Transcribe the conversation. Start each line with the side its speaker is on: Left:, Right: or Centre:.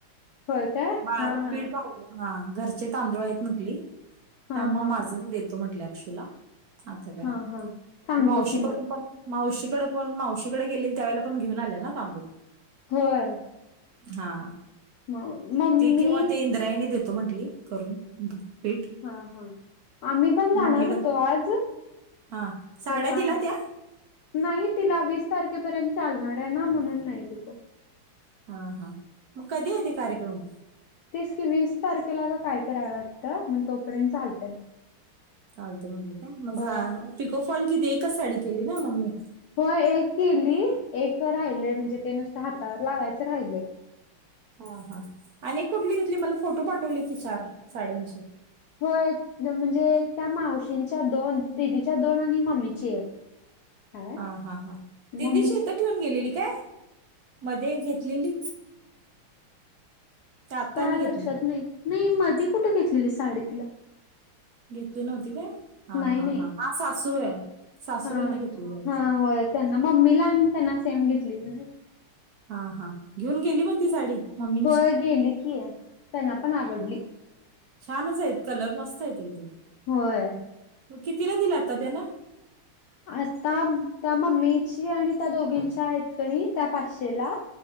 Left: होय काय
Right: बाळाला
Left: हा हा
Right: पीड पाजलं हा घरचे तांदूळ आहेत म्हंटली.
Left: हा
Right: त्यामुळं
Left: हा
Right: मग माझं मी देतो म्हटले अक्षुला. आता काय
Left: हा हा सांगतो
Right: मावशीकडून
Left: की मग
Right: पण मावशीकड पण मावशीकडे गेलेली त्यावेळेला पण घेऊन आल्या ना तांदूळ?
Left: होय.
Right: हा
Left: <inaudible> मम्मी
Right: ती किंवा ते इंद्रायणी देतो म्हंटली करून. पीठ.
Left: हा हा आम्ही पण जाणार
Right: मम्मीला
Left: होतो आज
Right: हां, साड्या
Left: खरं
Right: दिला त्या?
Left: नाही तिला वीस तारखेपर्यंत चालणार आहे ना म्हणून नाही देतो.
Right: हा हा मग कधी ये ते कार्यक्रम?
Left: तीस की वीस तारखेला कायतरीय वाटतं मग तोपर्यंत चालतंय
Right: चालते म्हटले का म झा
Left: हो
Right: पिकोफॉल किती एकच साडी केली ना म मी.
Left: हो एक केली, एक राहिले म्हणजे ते नुसत हातावर लावायचं राहिलंय
Right: हा हा आणि कुठली घेतली मला फोटो पाठवले की चार साड्यांचे
Left: होय म्हणजे त्या मावशींच्या दोन, दीदी या दोन आणि मम्मीची एक काय
Right: हा हा हा दीदीची
Left: मम्मीची
Right: इथ ठेऊन गेलेली काय? मध्ये एक घेतलेली. का आता
Left: काय
Right: आणि घेतली
Left: लक्षात नाही, मी मधी कुठं घेतलेली साडी तिला?
Right: घेतली नव्हती काय? हा
Left: नाही
Right: हा
Left: नाही
Right: हां हा सासू सासूबाईंना
Left: हा
Right: घेतलिली वाटत.
Left: हा होय त्यांना मम्मी ला त्यांना सेम घेतलेली ना.
Right: हा हा घेऊन गेली मग ती साडी, मम्मी.
Left: होय गेली की? त्यांना पण आवडली.
Right: छानच आहेत कलर मस्त आहेत एकदम,
Left: होय.
Right: कितीला दिला आता त्याना.
Left: आता त्या मम्मीची आणि त्या दोघींच्या आहेत कणी त्या पाचशेला.